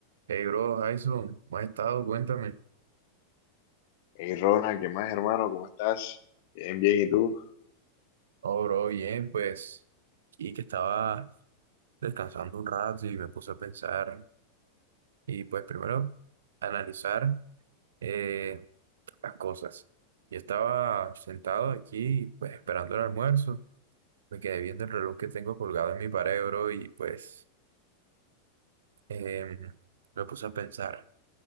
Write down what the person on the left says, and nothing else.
Hey Ronald, ¿qué más, hermano? ¿Cómo estás? Bien, bien, ¿y tú?